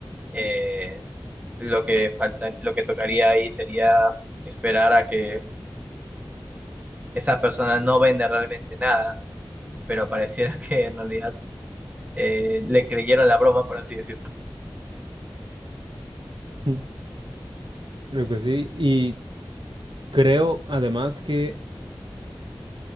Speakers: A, on the right; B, on the right.
A: eh, lo que falta, lo que tocaría ahí sería esperar a que esa persona no venda realmente nada, pero pareciera <laughs> que en realidad eh, le creyeron la broma, por así decirlo.
B: Mm. Creo que sí. Y creo además que